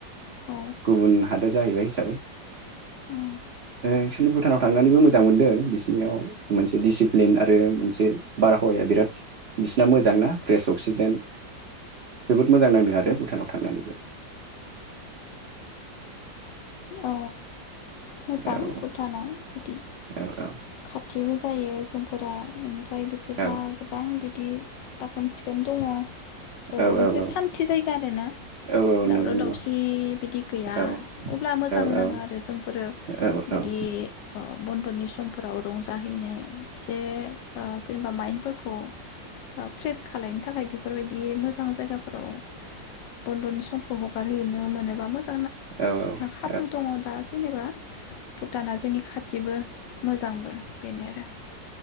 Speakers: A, on the left; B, on the right.
A: औ
B: गुबुन हादोद जाहैबाय आरो
A: औ
B: एकसलि भुटानाव थांनानैबो मोजां मोनदों बिसिनियाव मोनसे डिसिप्लिन आरो मोनसे बारहावाया बिराद बिसिना मोजांना फ्रेस अक्सिजेन जोबोद मोजां नांदों आरो भुटानाव थांनानैबो
A: औ मोजां
B: औ
A: भुटानाव बिदि
B: औ औ
A: खाथिबो जायो जों का बेनिफ्राय बिसोरहा
B: औ
A: गोबां बिदि साखोन सिखोन दङ
B: औ
A: मोनसे
B: औ औ
A: सान्थि जायगा आरोना
B: औ औ
A: दावराव
B: नंगौ नंगौ
A: दावसि
B: औ
A: बिदि गैया।
B: औ
A: ब्ला मोजां
B: औ
A: नाङो
B: औ
A: आरो जोंफोरो
B: औ औ
A: बिदि
B: औ
A: बन्द'नि समफोराव रंजाहैनो एसे जेनेबा माइंफोरखौ फ्रेस खालनो थाखाय बेफोरबायदि बे मोजां जायगाफोराव बन्द'नि समखौ हगारहोयो। नो मोनोबा मोज
B: औ औ
A: खाबु दङ दा जेने भुटाना जोंनि खाथिबो मोजांबो बेनो आरो